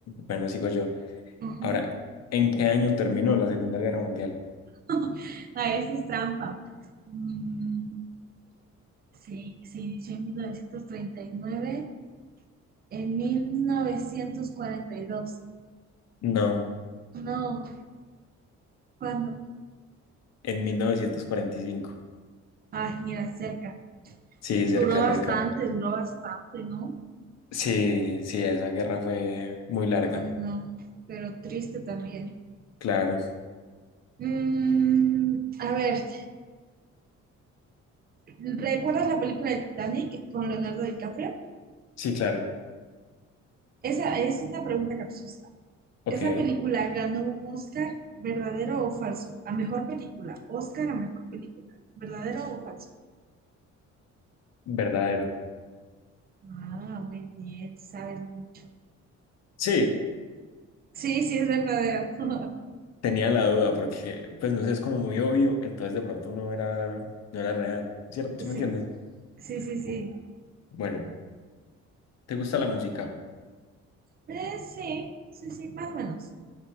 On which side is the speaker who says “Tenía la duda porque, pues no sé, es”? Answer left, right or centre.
Left